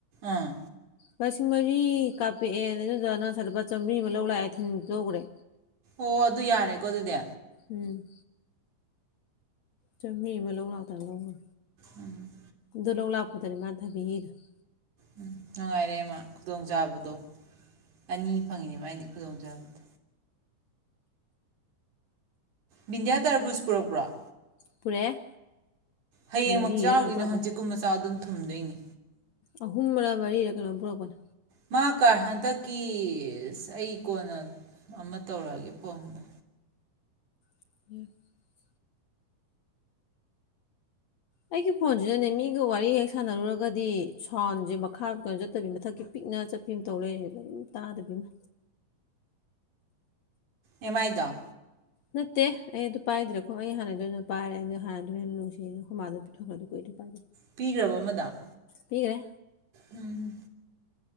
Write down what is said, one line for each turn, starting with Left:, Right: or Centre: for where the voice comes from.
Right: ꯑꯥ
Left: ꯂꯤꯁꯤꯡ ꯃꯔꯤ ꯀꯥꯞꯄꯛꯑꯦꯅ ꯏꯟꯗꯣꯟꯆꯥꯅ ꯉꯁꯥꯏ ꯂꯨꯄꯥ ꯆꯥꯝꯃꯔꯤ ꯑꯃ ꯂꯧ ꯂꯥꯛꯑꯦ ꯊꯤꯟ ꯊꯤꯟꯒ꯭ꯔꯦ
Right: ꯑꫭ ꯑꯗꯨ ꯌꯥꯔꯦꯀꯣ ꯑꯗꯨꯗꯤ
Left: ꯎꯝ ꯆꯝꯃꯔꯤ ꯑꯃ ꯂꯧ ꯂꯛꯇꯅ ꯂꯧꯒ꯭ꯔꯦ
Right: ꯎꯝ
Left: ꯑꯗꯨ ꯂꯧ ꯂꯥꯛꯄꯗꯅꯦ ꯃꯥꯅ ꯊꯕꯤ ꯍꯦꯛꯏꯗꫭ
Right: ꯎꯝ ꯅꯨꯡꯉꯥꯏꯔꯦ ꯃꯥ ꯈꯨꯗꯣꯡ ꯆꯥꯕꯗꯣ ꯑꯅꯤ ꯐꯪꯉꯤꯅꯤ ꯃꯥꯏꯗꯤ ꯈꯨꯗꯣꯡꯆꯥꯕꯗꫭ ꯕꯤꯟꯗꯤꯌꯥ ꯇꯔꯕꯨꯁ ꯄꯨꯔꯛꯄ꯭ꯔꫭ
Left: ꯄꯨꯔꯛꯑꯦ
Right: ꯍꯌꯦꯡꯃꯛ
Left: ꯃꯔꯤꯔ
Right: ꯆꯥꯎꯒꯤꯅꫭ
Left: ꯀꯩꯅꯣ ꯄꯨꯔꯛꯄꯅꯦ
Right: ꯍꯥꯛꯡꯆꯤꯠ ꯀꯨꯝꯕ ꯆꯥꯎ ꯑꯗꯨꯅ ꯊꯨꯝꯗꯣꯏꯅꯦ
Left: ꯑꯍꯨꯝꯂ ꯃꯔꯤꯔ ꯀꯩꯅꯣꯝ ꯄꯨꯔꯛꯄꯅꯦ
Right: ꯃꯥ ꯀꯥ ꯍꯟꯗꯛ ꯀꯤ ꯑꯩ ꯀꯣꯟꯅ ꯑꯃ ꯇꯧꯔꯛꯑꯒꯦ ꯐꯣꯟꯗꯣ
Left: <unintelligible> ꯑꯩꯒꯤ ꯐꯣꯟꯖꯤꯅꯅꯦ ꯃꯤꯒ ꯋꯥꯔꯤ ꯍꯦꯛ ꯁꯥꯟꯅꯔꯨꯔꯒꯗꯤ ꯁꯥꯎꯟꯖꯦ ꯃꯈꯥ ꯀꯩꯅꯣ ꯆꯠꯇꯕꯤ ꯃꯊꯛꯀꯤ ꯄꯤꯛꯅ ꯆꯠꯄꯤ ꯑꯃ ꯇꯧ ꯂꯩꯔꯦꯕ ꯑꯗꯨꯝ ꯇꯥꯗꯕꯤ ꯑꯃ
Right: ꯑꯦꯄꯥꯏꯗꫭ
Left: ꯅꯠꯇꯦ ꯑꯩ ꯑꯗꯨ ꯄꯥꯏꯗ꯭ꯔꯦ ꯑꯈꫭꯏ ꯑꯩ ꯍꯥꯟꯅꯩꯗꯣ ꯑꯗꯨꯝ ꯄꯥꯏꯔꯦ ꯑꯩ ꯍꯥꯟꯅꯩꯗꯨꯅ ꯍꯦꯟꯅ ꯅꯨꯡꯁꯤꯌꯦꯅ ꯑꯈꫭꯏ ꯃꯥꯗ ꯃꯤꯊꫭꯛꯈ꯭ꯔꯦ ꯑꯗꯨ ꯀꯨꯏꯔꯦ ꯄꯥꯏꯗꯕ
Right: ꯄꯤꯒ꯭ꯔꯕ ꯑꯃꯗꫭ
Left: ꯃꯤꯒ꯭ꯔꯦ
Right: ꯎꯝ